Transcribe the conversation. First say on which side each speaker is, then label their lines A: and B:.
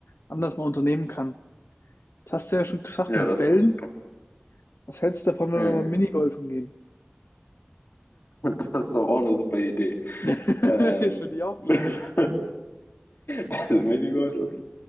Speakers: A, on the left; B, on the left.
A: anders mal unternehmen kann. Das hast du ja schon gesagt
B: Ja,
A: mit
B: das
A: Bällen.
B: ist doch super.
A: Was hältst du davon, wenn
B: Mhm.
A: wir mal Minigolfen gehen?
B: <laughs> Das ist doch auch eine super Idee.
A: <laughs> Finde
B: Ähm,
A: ich auch
B: <laughs>
A: klasse.
B: Also Minigolf ist,